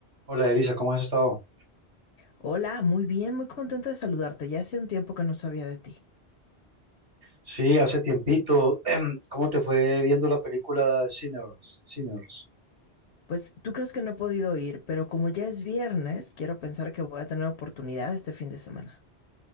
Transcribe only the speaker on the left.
Hola, muy bien, muy contenta de saludarte. Ya hacía un tiempo que no sabía de ti.
Pues tú crees que no he podido ir, pero como ya es viernes, quiero pensar que voy a tener oportunidad este fin de semana.